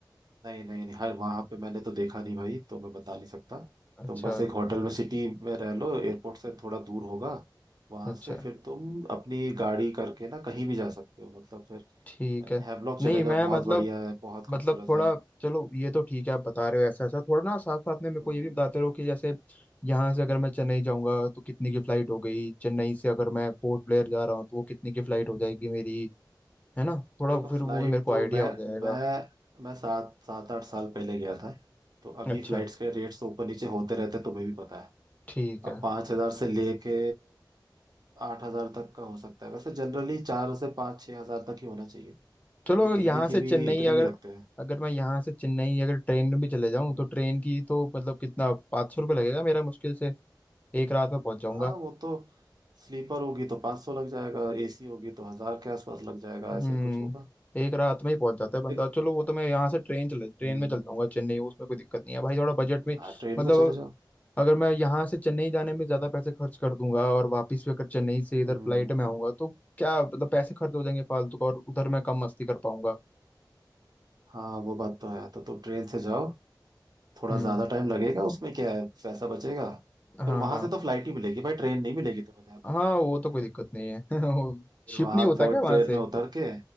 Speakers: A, on the right (about 60°); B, on the left (about 20°).
A: नहीं नहीं नहीं, हर वहां पे मैंने तो देखा नहीं भाई तो मैं बता नहीं सकता
B: अच्छा
A: तुम बस एक होटल में सिटी में रह लो एयरपोर्ट से थोड़ा दूर होगा वहां
B: अच्छा
A: से फिर तुम अपनी गाड़ी करके ना कहीं भी जा सकते हो मतलब फिर
B: ठीक है
A: हैवलॉक
B: नहीं
A: चले जाओ
B: मैं
A: बहुत
B: मतलब
A: बढ़िया है बहुत
B: मतलब
A: खूबसूरत
B: थोड़ा
A: है
B: चलो ये तो ठीक है आप बता रहे हो ऐसा ऐसा थोड़ा ना साथ साथ में मेरे
A: हम्म
B: को ये भी बताते रहो कि जैसे यहाँ से अगर मैं चेन्नई जाऊंगा तो कितने की फ्लाइट हो गई चेन्नई से अगर मैं पोर्ट ब्लेयर जा रहा हूँ तो वो कितने की फ्लाइट हो जाएगी मेरी है ना थोड़ा
A: देखो
B: फिर
A: फ्लाइट
B: वो भी मेरे को
A: तो
B: आइडिया
A: मैं
B: हो जाएगा
A: मैं मैं सात सात आठ साल पहले गया था तो अभी
B: अच्छा
A: फ्लाइट्स के रेट्स तो ऊपर नीचे होते रहते हैं, तुम्हें भी पता है
B: ठीक है
A: अब पाँच हजार से लेके आठ हजार तक का हो सकता है वैसे जनरली चार से पाँच छह हजार तक ही होना चाहिए क्योंकि
B: चलो अगर
A: दिल्ली
B: यहाँ से
A: की
B: चेन्नई
A: भी इतना ही
B: अगर
A: रखते हैं
B: अगर मैं यहाँ से चेन्नई अगर ट्रेन में भी चले जाऊँ
A: हम्म,
B: तो ट्रेन की तो मतलब कितना पाँच सौ रुपये लगेगा मेरा मुश्किल से एक रात में पहुंच जाऊंगा।
A: हाँ वो तो स्लीपर होगी तो 500 सौ लग जाएगा एसी होगी तो हजार के आसपास लग जाएगा
B: हम्म
A: ऐसा ही कुछ होगा
B: एक रात में ही पहुंच जाता है बंदा
A: देख
B: चलो वो तो मैं यहाँ से ट्रेन चले ट्रेन
A: हम्म
B: में चल जाऊंगा चेन्नई उसमें कोई दिक्कत नहीं है भाई थोड़ा बजट में
A: हाँ ट्रेन
B: मतलब
A: में चले जाओ
B: अगर मैं यहाँ से चेन्नई जाने में ज्यादा पैसे खर्च कर दूंगा और वापस भी अगर चेन्नई से इधर
A: हम्म
B: फ्लाइट में आऊंगा तो क्या मतलब पैसे खर्च हो जाएंगे फालतू का और उधर मैं कम मस्ती कर पाऊंगा
A: हाँ वो बात तो है तो तुम ट्रेन से जाओ थोड़ा
B: हम्म
A: ज्यादा टाइम लगेगा उसमें क्या है पैसा बचेगा
B: हाँ
A: फिर वहां
B: हाँ
A: से तो फ्लाइट ही मिलेगी भाई ट्रेन नहीं मिलेगी तुम्हें ध्यान
B: हाँ
A: रखना
B: वो तो कोई दिक्कत
A: <laughs>
B: नहीं है <laughs> वो
A: फिर
B: शिप
A: वहां
B: नहीं होता
A: पोर्ट
B: क्या वहां
A: पेर
B: से
A: में उतर के